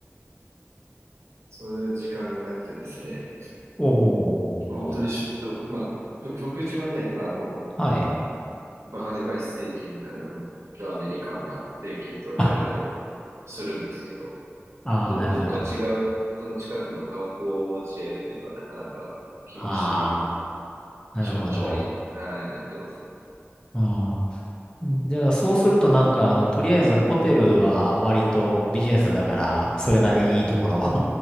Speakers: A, on the right (about 70°); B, on the left (about 20°).
A: それぞれ時間がなくてですね、
B: おお、
A: 本当にしょ、まあ、しょ食事はね、あの、
B: はい。
A: バカでかいステーキみたいなのがアメリカンなステーキとは食べたりは
B: あ
A: するんですけど、
B: あー、
A: ど、
B: なるほど。
A: どっか違う、その近くの観光地へっていうのはなかなか厳しいような
B: ああ、
A: 出張に、
B: なるほど。
A: はい、なってますね。
B: うんじゃあ、そうするとなんか、あの、とりあえずホテルは割とビジネスだから、それなりにいいところ